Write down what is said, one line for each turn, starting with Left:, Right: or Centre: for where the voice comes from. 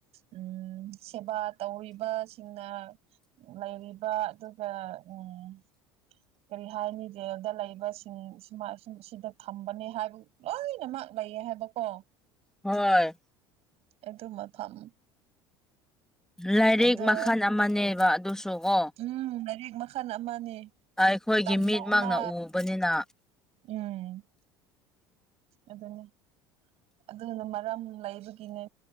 Right: ꯎꯝ ꯁꯦꯕꯥ ꯇꯧꯋꯤꯕꯁꯤꯡꯅ ꯂꯩꯔꯤꯕ ꯑꯗꯨꯒ ꯎꯝ ꯀꯔꯤ ꯍꯥꯏꯅꯤ ꯔꯦꯜꯗ ꯂꯩꯕꯁꯤꯡ ꯁꯨꯃꯥꯏ ꯁꯤ ꯁꯤꯗ ꯊꯝꯕꯅꯦ ꯍꯥꯏꯕ ꯂꯣꯏꯅꯃꯛ ꯂꯩꯌꯦ ꯍꯥꯏꯕꯀꯣ
Centre: ꯍꯣꯏ
Right: ꯑꯗꯨ ꯃꯐꯝ
Centre: ꯂꯥꯏꯔꯤꯛ
Right: ꯑꯗꯣ
Centre: ꯃꯈꯜ ꯑꯃꯅꯦꯕ ꯑꯗꯨ ꯁꯨꯀꯣ
Right: ꯎꯝ ꯂꯥꯏꯔꯤꯛ ꯃꯈꯜ ꯑꯃꯅꯤ
Centre: ꯑꯩꯈꯣꯏꯒꯤ
Right: ꯇꯝꯕ
Centre: ꯃꯤꯠꯃꯛꯅ
Right: ꯑꯃ
Centre: ꯎꯕꯅꯤꯅ
Right: ꯎꯝ ꯑꯗꯨꯅꯤ ꯑꯗꯨꯅ ꯃꯔꯝ ꯂꯩꯕꯒꯤꯅꯦ